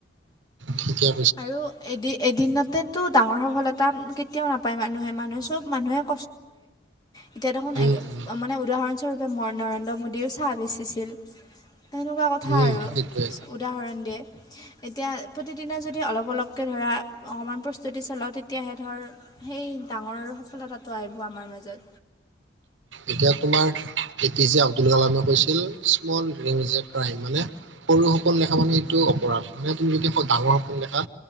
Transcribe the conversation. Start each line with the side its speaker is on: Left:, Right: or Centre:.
Right: থিকে
Left: আৰু এদিন এদিনতেতো ডাঙৰ সফলতা কেতিয়াও নাপায়। মানুহে-মানুহে চব মানুহে <unintelligible> এতিয়া দেখ মে
Right: উম উম
Left: উৰণ স্বৰূপে ম নৰেন্দ্ৰ মোদীয়েও চাহ বেচিছিল সেনেকুৱা কথা
Right: উম
Left: আৰু
Right: সেইটোৱে
Left: উদাহৰণ দিয়ে এতিয়া প্ৰতিদিনা যদি অলপ অলপ ক ধৰা অকণমান প্ৰস্তুতি চলাওঁ তেতিয়াহে ধৰ সেই ডাঙৰ আৰু সফলতাটো আহিব আমাৰ মাজত
Right: এতিয়া তোমাৰ এ পি জে আব্দুল কালামে কৈছিল। স্মল ক্ৰম মানে সৰু সকল লখা মানে এইটো অপৰাধ মানে তুমি যদি ডাঙৰ সপোননি দেখা